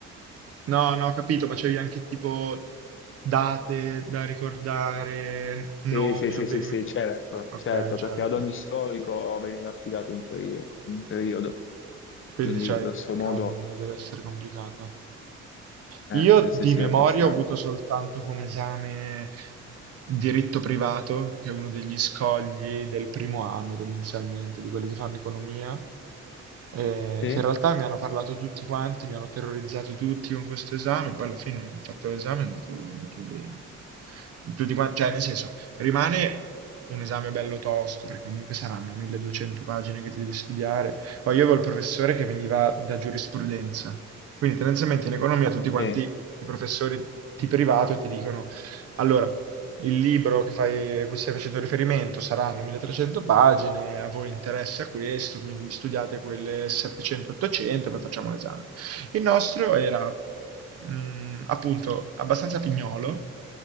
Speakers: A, on the right; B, on the left.
A: No, no, ho capito, ma c'avevi anche tipo date da ricordare, nomi,
B: Sì, sì, sì,
A: avvenimenti.
B: sì, sì, certo,
A: Ok,
B: certo,
A: certo.
B: perché ad ogni storico veniva affidato un periodo, un periodo.
A: Quindi
B: Quindi
A: c'hai...
B: grosso
A: Cavolo,
B: modo,
A: quello deve essere complicato.
B: eh,
A: Io
B: sì,
A: di
B: sì, sì,
A: memoria
B: abbastanza.
A: ho avuto soltanto come esame diritto privato, che è uno degli scogli del primo anno tendenzialmente, di quelli che fanno economia, eh,
B: Sì,
A: che in realtà mi hanno parlato tutti quanti, mi hanno terrorizzato tutti con questo esame, poi alla fine ho fatto l'esame e è andato, è andato bene. Quindi tutti quanti- cioè nel senso, rimane un esame bello tosto, perché comunque saranno 1200 pagine che ti devi studiare. Poi io avevo il professore che veniva da giurisprudenza, quindi tendenzialmente in economia tutti quanti
B: sì.
A: i professori di privato ti dicono, allora, il libro che fai, a cui stai facendo riferimento saranno 1300 pagine, a voi interessa questo, quindi vi studiate quelle 700-800, poi facciamo l'esame. Il nostro era mh, appunto abbastanza pignolo,